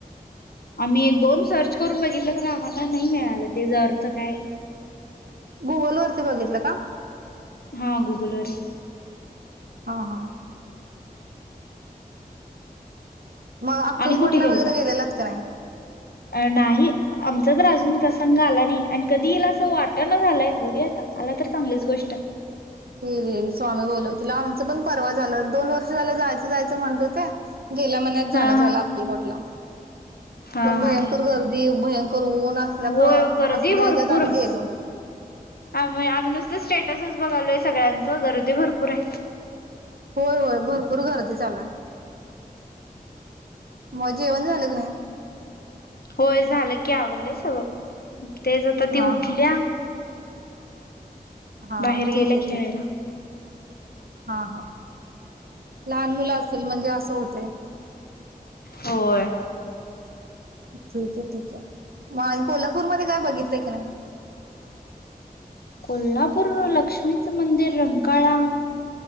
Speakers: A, on the left; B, on the right.
A: आम्ही एक दोन सर्च करून बघितलं खरं आम्हाला नाही मिळालं त्याचा अर्थ काय
B: गुगल वरती बघितलं का
A: हा गुगलवर ती.
B: हा हा. मग अक्कलकोटला
A: आणि कुठे गेलता.
B: वगैरे गेलेलात का नाही?
A: नाही आमच तर अजून प्रसंग आला नाही आणि कधीला असं वाट ना झालंय बघूया आता आला तर चांगलीच गोष्ट आहे.
B: हो येईल स्वामी बोलवतिल आमचं पण परवा झालं दोन वर्ष झालं जायचं जायचं म्हणत होते. गेल्या महिन्यात जाण
A: हा
B: झालं
A: हा
B: अक्कलकोट. शिकला.
A: हा
B: पण भयंकर
A: हा
B: गर्दी. भयंकर. उन्ह असल्या
A: होय गर्दी
B: असल्या
A: भरपूर
B: हयाच्यात आम्ही गेलो
A: आम्ही आम्ही नुसतं स्टेटसच बघायलोय सगळ्यांच गर्दी भरपूर हाय.
B: होय होय भरपूर गर्दी चालू हाय. मग येवण झालं की नाही.
A: होय झालं की आवरलंय सगळं. तेच आता ती
B: हा
A: उठल्या
B: हा हा
A: बाहेर
B: ठीक
A: गेल्या
B: आहे
A: खेळायला.
B: ठीक आहे. हा हा लहान मुलं असेल म्हणजे असं होतय
A: होय
B: ठीक आहे ठीक आहे म आणि कोल्हापूरमध्ये काय बघितलं की नाही
A: कोल्हापूर लक्ष्मीचं मंदिर रंकाळा